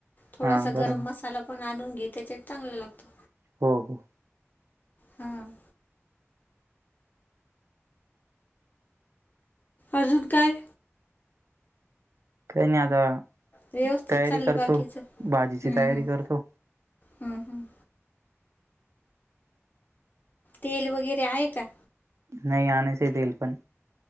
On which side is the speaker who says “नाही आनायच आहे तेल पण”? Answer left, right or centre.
Right